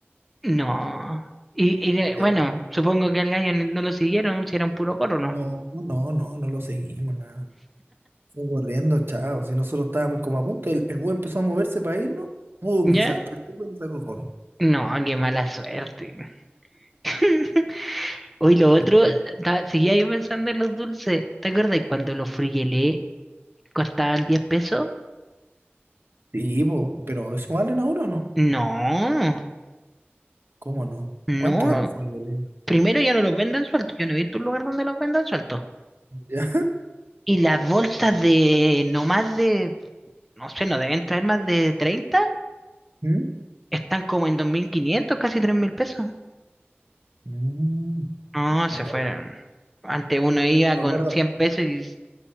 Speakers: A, in the centre; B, on the right.
A: No. Y, y, eh,
B: Pero
A: bueno, supongo que al gallo ni- no lo siguieron, si era un puro gorro, ¿no?
B: no, no, no, no lo seguimos, nada. Fue corriendo, chao. Si nosotros estábamos como a punto, el, el búho empezó a moverse para irnos, ¡pum!
A: ¿Ya?
B: Y saltó el tipo y nos sacó corno.
A: No, qué mala suerte. <laughs> Hoy lo otro,
B: No, bueno.
A: ta- seguía yo pensando en los dulces. ¿Te acuerdas cuando los frigelé costaban 10 pesos?
B: Sí, po, pero ¿eso valen ahora o no?
A: No,
B: ¿Cómo no?
A: no.
B: ¿Cuánto valen fue el-
A: Primero ya no los venden sueltos. Yo no he visto un lugar donde los vendan sueltos.
B: <laughs> ya?
A: Y las bolsas de no más de, no sé, no deben traer más de treinta
B: ¿Mm?
A: Están como en dos mil quinientos casi 3.000 pesos.
B: Mm,
A: No, se
B: claro.
A: fueron. Antes uno iba
B: Me
A: con
B: acuerdo,
A: 100 pesos y s-